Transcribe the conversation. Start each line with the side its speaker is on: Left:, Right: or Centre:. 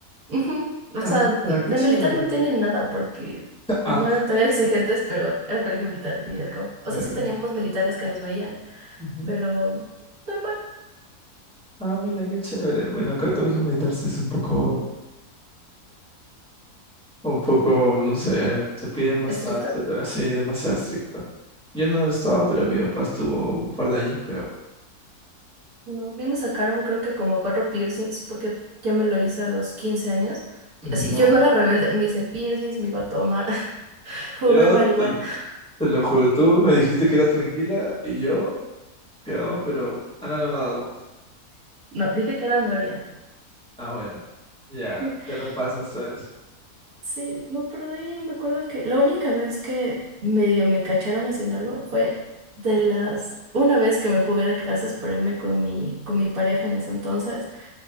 Right: Ujú. O
Centre: Ah,
Right: sea,
Centre: mira,
Right: de
Centre: qué chévere.
Right: militar no tienen nada porque
Centre: Ah,
Right: no eran tan <laughs> exigentes, pero era colegio militar, al fin y al cabo. O
Centre: claro.
Right: sea, sí teníamos militares que nos veían,
Centre: Ujú.
Right: pero normal.
Centre: Ah, mira, qué chévere. Bueno, acá el colegio militar sí es un poco, un poco, no sé, te piden bastante,
Right: ¿Estricto?
Centre: te- así, demasiado estricto. Yo no he estado, pero mi papá estuvo un par de años, creo.
Right: No, a mí me sacaron creo que como cuatro piercings porque yo me lo hice a los 15 años.
Centre: no
Right: Y así, yo no era rebelde, me hice piercings, me iba a tomar, <laughs> fumé
Centre: yo
Right: marihuana.
Centre: te, te lo juro, tú me dijiste que eras tranquila y yo quedaba pero anonadado.
Right: No, dije que era noria.
Centre: Ah, bueno, ya,
Right: <laughs>
Centre: te la pasas, ¿sabes?
Right: Sí, no, pero de ahí me acuerdo que la única vez que medio me cacharon haciendo algo fue de las, una vez que me fugué de clases por irme con mi, con mi pareja en ese entonces